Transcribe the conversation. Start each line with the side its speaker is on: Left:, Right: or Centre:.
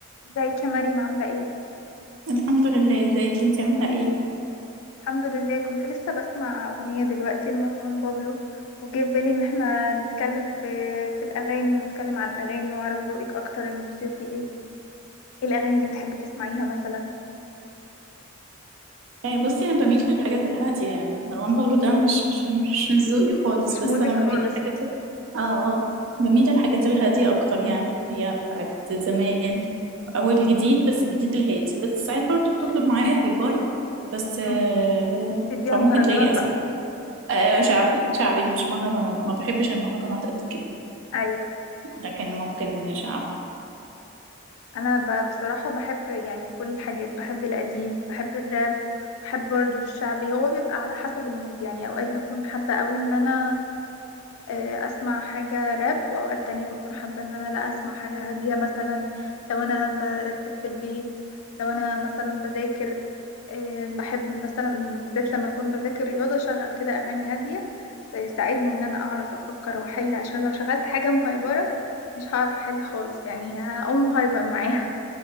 Left: ازيك يا مريم عاملة ايه؟
Right: الحمد لله ازيك انتي عاملة ايه؟
Left: الحمد لله كنت لسه بسمع أغنية دلوقتي لمروان بابلو وجه في بالي ان احنا نتكلم في في الأغاني ونتكلم على الأغاني واعرف ذوقك أكتر الموسيقي ايه؟ ايه الأغاني اللي بتحبي تسمعيها مثلا؟
Right: آه، بصي انا بميل للحاجات الهادية يعني مروان بابلو ده مش مش مش من ذوقي خالص
Left: مش
Right: بس
Left: مودك
Right: انا بميل
Left: خالص
Right: للحاجات ال- اه اه بميل للحاجات الهادية اكتر يعني اللي هي بتاعت زمان او الجديد بس الجديد الهادي بس ساعات برضه بتطلب معايا هايبرة بس آه
Left: مم. تديها
Right: فممكن
Left: مهرجانات
Right: تلاقيني
Left: بقى
Right: اسمع آه شعبي شعبي مش مهرجانات ما بحبش المهرجانات قد كده
Left: أيوه
Right: لكن ممكن شعبي
Left: أنا ب... بصراحة بحب يعني كل الحاجات بحب القديم بحب الراب بحب برضه الشعبي هو بيبقى على حسب المود يعني أوقات بكون حابة قوي ان انا آه، اسمع حاجة راب واوقات تانية بكون حابة ان انا لا اسمع حاجة هادية مثلا لو انا برتب في البيت لو انا مثلا بذاكر آه، بحب مثلا بالذات لما اكون بذاكر رياضة شغل كده اغاني هادية تساعدني ان انا اعرف افكر واحل عشان لو شغلت حاجة مهيبرة مش هعرف احل خالص يعني هقوم هايبر معاها